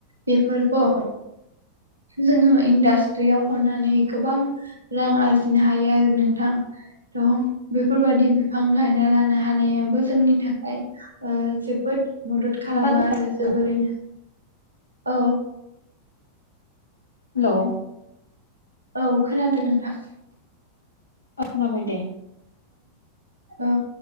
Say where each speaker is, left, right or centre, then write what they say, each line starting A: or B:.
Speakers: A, on the right; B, on the left.
A: बेफोरखौ जोङो इन्डास्ट्रियाव हरनानै गोबां रां आरजिनो हायो आरो नोंथां। थ' बेफोरबादि बिफां गायना लानो हानायाबो जोंनि थाखाय। जोबोद मदद खालामो
B: नोंथां खोना
A: आरो जोबोरैनो
B: <inaudible>
A: औ
B: हेलौ
A: औ खोनादों नोंथां।
B: खोनाबाय दे
A: औ